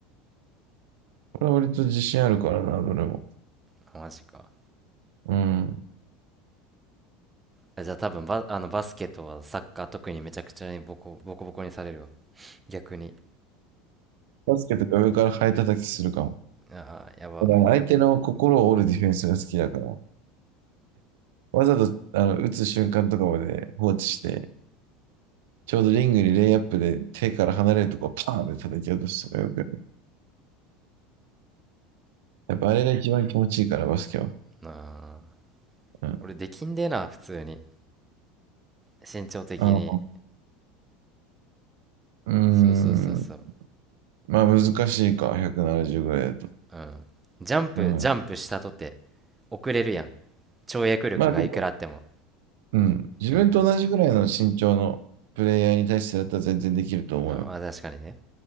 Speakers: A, on the right; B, on the right.
A: これは割と自信あるからな、どれも。
B: あマジか
A: うん。
B: あじゃあ多分バ、あのバスケとはサッカー特にめちゃくちゃにボコ、ボコボコにされるわ逆に
A: バスケとか上からハエ叩きするかも。
B: ああやば
A: 俺は相手の心を折るディフェンスが好きだから。わざと、あの、打つ瞬間とかまで放置して、ちょうどリングにレイアップで手から離れるとこをパーンって叩き落とすとかよくやる。やっぱあれが一番気持ちいいから、バスケは。
B: なあ
A: うん。
B: 俺できんでな普通に身長的に
A: あのうー
B: そうそうそうそう
A: ん。まあ難しいか、170ぐらいだと。
B: うんジャンプジャンプしたとて
A: うん。
B: 遅れるやん跳躍力がいくらあっても
A: まあでも、うん。自分と同じぐらいの身長のプレイヤーに対してだったら全然できると思うよ。
B: うんうんあまあ確かにね